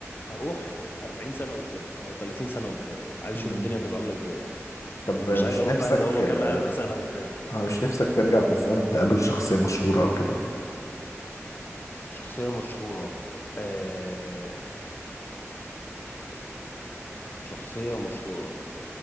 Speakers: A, on the left; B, on the left.
A: اروح 40 سنه قدام او 30 سنه قدام عايز
B: أمم.
A: اشوف الدنيا هتبقى عامله ازاي
B: طب مش
A: مش عايز اروح
B: نفسك
A: بقى اللي هو
B: آه،
A: كام الف سنه قدام
B: مش نفسك ترجع بالزمن تقابل شخصية مشهورة او كده
A: شخصيه مشهوره آه... شخصيه مشهوره